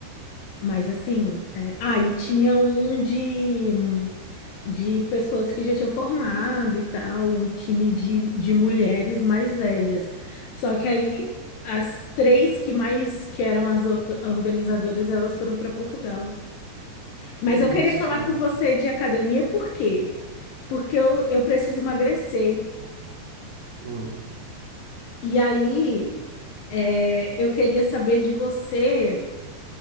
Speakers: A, on the left (about 70°); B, on the right (about 75°).
A: Mas assim, é... ah, e tinha um de. de pessoas que já tinham formado e tal, um time de, de mulheres mais velhas. Só que aí as três que mais que eram as orga- organizadoras, elas foram para Portugal. Mas
B: Que isso.
A: eu queria falar com você de academia, por quê? Porque eu, eu preciso emagrecer.
B: Hum.
A: E aí é, eu queria saber de você